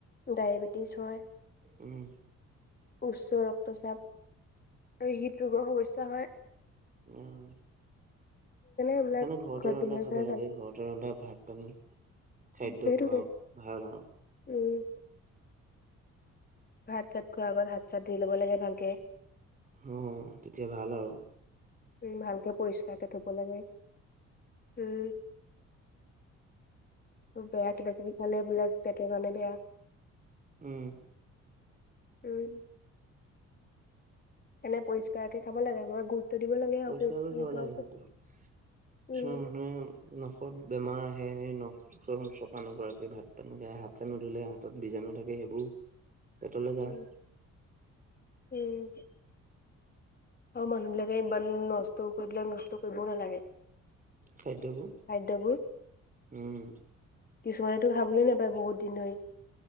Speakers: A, on the left (about 30°); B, on the right (about 25°).
A: ডায়েবেটিছ হয়।
B: উম।
A: উচ্চ ৰক্তচাপ আৰু হৃদ ৰোগৰ সমস্যা হয়।
B: উম্।
A: এইবিলাক
B: সেইকাৰণে ঘৰতে
A: ঘৰত
B: ৰন্ধা
A: বিনাজ
B: খাব লাগে
A: ভাল
B: ঘৰতে ৰন্ধা ভাত পানী। খাদ্য
A: সেইটোকে
B: খোৱাও ভাল আও।
A: উম ভাত চাতকৈ আগত হাত চাত ধুই ল'ব লাগে ভালকে।
B: অ তেতিয়া ভাল আও।
A: উম ভালকে পৰিষ্কাৰকে থব লাগে উম। বেগ লাগবি খালে বোলে পেটৰ কাৰণে বেয়া।
B: উম।
A: উন। এনে পৰিষ্কাৰকে খাব লাগে। মই গুৰুত্ব দিব লাগে আৰু
B: পৰিষ্কাৰ
A: পৰিষ্কাৰকে
B: কৰি খাব
A: খোৱাৰ
B: লাগে
A: ওপৰত
B: বাইত, কিছুমান
A: উম
B: মানুহে উম্ ন খত বেমাৰ আহে স নখ ওখ চফা নকৰাকে ভাত পানী খাই, হাত চাত নুধুলে হাতত বীজাণু থাকে। সেইবোৰ। পেটলে
A: উম
B: যায়
A: উম। আৰু মানুহ বিলাকে ইমান নষ্ট কৰি নষ্ট কৰিবও নালাগে। খাদ্যয়বোৰ
B: খাদ্যবোৰ উম
A: কিছুমানেতো খাবলৈ নাপায় বহুত। দিনৈত